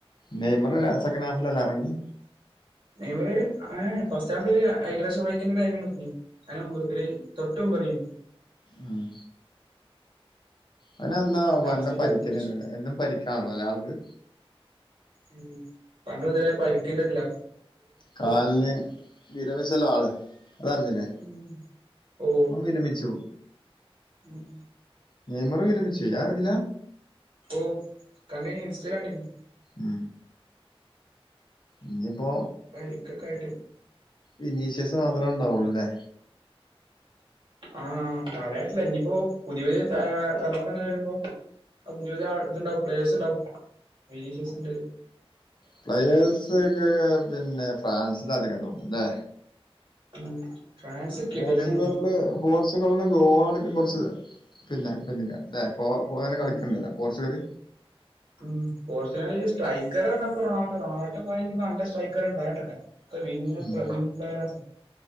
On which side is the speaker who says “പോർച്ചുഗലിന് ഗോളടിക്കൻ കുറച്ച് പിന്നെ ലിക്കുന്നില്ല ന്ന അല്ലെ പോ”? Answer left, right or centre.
Left